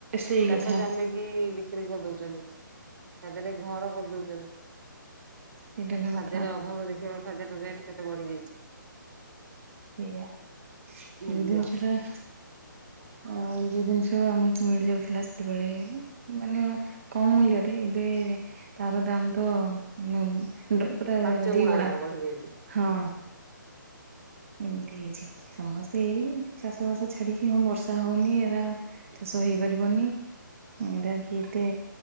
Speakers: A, on the right (about 40°); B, on the right (about 60°).
A: ସେଇ
B: ଚାଷ
A: କଥା
B: ଜମି ଇ--ବିକ୍ରି କରିଦଉଛନ୍ତି, ତା ଦେହରେ ଘର କରିଦଉଛନ୍ତି।
A: ସେଇଟା ହେଲା କଥା
B: ଖାଦ୍ୟର ଅଭାବ ଦେଖିଵ ଖାଦ୍ୟର ରେଟ କେତେ ବଢି ଯାଇଛି।
A: ସେଇଆ
B: ମୂଲ୍ୟ
A: ଯଉ ଜିନିସ ଟା, ଆଉ, ଯଉଁ ଜିନିଷ ଆମକୁ ମିଳିଯାଉଥିଲା। ସେତେବେଳେ ମାନେ କମ ମୂଲ୍ୟରେ ଏବେ ତାର ଦାମ ତ <unintelligible> ପୁରା
B: ପାଞ୍ଚ ଗୁଣା
A: ଦିଗୁଣା
B: ବଢି ଯାଇଛି।
A: ହଁ, ଏମିତି ହେଇଛି, ସମସ୍ତେ ଏଇ ଚାଷ ବାସ ଛାଡିକି ହଁ ବର୍ଷା ହଉନି ଏରା ଚାଷ ହେଇପାରିବନି ଏଇଟା କି କେତେ